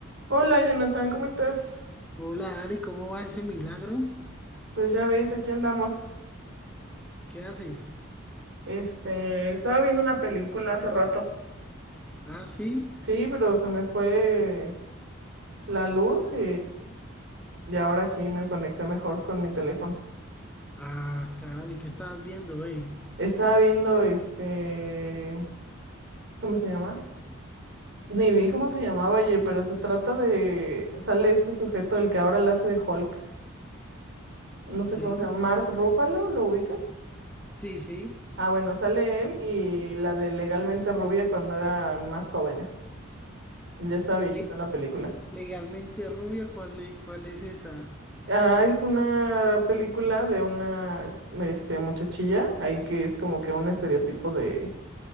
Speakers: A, on the right (about 55°); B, in the centre.
A: Hola Jonathan, ¿cómo estás?
B: Hola Ari, ¿cómo va ese milagro?
A: Pues ya ves, aquí andamos.
B: ¿Qué haces?
A: Este, estaba viendo una película hace rato.
B: Ah, sí.
A: Sí, pero se me fue la luz y, y ahora aquí me conecté mejor con mi teléfono.
B: Ah, caramba, ¿y qué estabas viendo, eh?
A: Estaba viendo este, ¿cómo se llama? Ni vi cómo se llamaba, oye, pero se trata de, sale este sujeto, el que ahora la hace de Hulk. No
B: Sí,
A: sé cómo se llama, Mark Ruffalo, ¿lo ubicas?
B: sí, sí.
A: Ah, bueno, sale él y la de Legalmente Rubia cuando eran más jóvenes. Ya está viejita
B: Le-
A: la película.
B: legalmente rubia, ¿cuál, e- cuál es esa?
A: Ah, es una película de una este, muchachilla, ahí que es como que un estereotipo de,